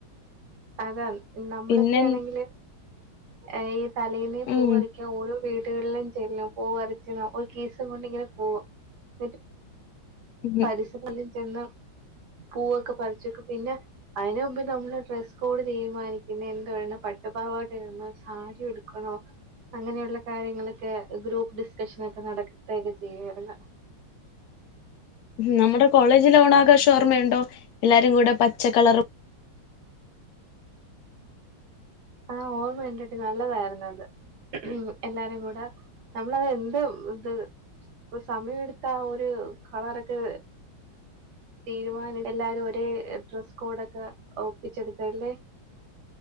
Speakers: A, on the right; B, on the left.
A: അതാണ് നമ്മളൊക്കെ
B: പിന്നെ
A: ആണെങ്കില് ഏ തലേന്നെ
B: ഉം
A: പൂവറിക്കാൻ ഓരോ വീടുകളല്ലാം ചെല്ലണം പോവ അരച്ച ഒരു കേീസം കൊണ്ടിങ്ങനെ പോക എന്നിട്ട്
B: ഉം
A: പസ
B: ഉം.
A: <unintelligible> ചെന്ന് പൂവൊക്കെ പറച്ച് വക്കും പിന്നെ അതിനന് മുമ്പ് നമ്മള് ഡ്രെസ്സ് കോഡ് തീരുമാനിക്കുന്ന എന്ത വണം പട്ടുപാവാട്ട് ഇുന്നോ സാരി എടുക്കണോ അങ്ങനെയുള്ള കാര്യങ്ങളൊക്കെ ഗ്രൂപ്പ് ഡിസ്കഷൻ ഒക്കെ നടക്കത്തയൊക്കെ ചെയ്യരുന്നു
B: നമ്മുടെ കോളേജിൽ ഓണാഘോഷം ഓർമ്മയുണ്ടോ എല്ലാവരും കൂടെ പച്ചക്കളറും
A: ആ ഓർമ്മയുണ്ടടി നല്ലതായിരുന്നു അത് എല്ലാവരും കൂടെ നമ്മളത് എന്ത് ഇത് സമയെടുത്ത ഒരു കളറൊക്കെ തീരുമാനം എല്ലാവരും ഒരേ ഡ്രസ്സ് കോഡൊക്കെ ഒപ്പിച്ചെടുത്തല്ലേ